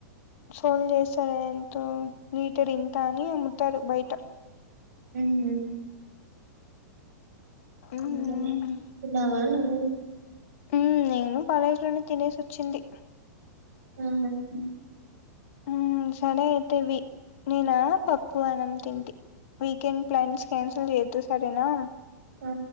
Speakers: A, on the left; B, on the right.
A: ఫోన్ చేస్తాలేంద్ టార్ లీటర్ ఇంత అని అమ్ముతారు బయ్టా.
B: ఉమ్ హు
A: మ్మ్
B: ఇంకా తిన్నావా నువ్వు
A: ఉమ్ నేను కాలేజ్ లోనే తినేసి వచ్చింది.
B: ఆహ్ హ
A: ఉమ్ సండే అయితవి నేనా పప్పు, అన్నం తింటి. వీకెండ్ ప్లాన్స్ క్యాన్సిల్ చేయొద్దు. సరేనా
B: ఆ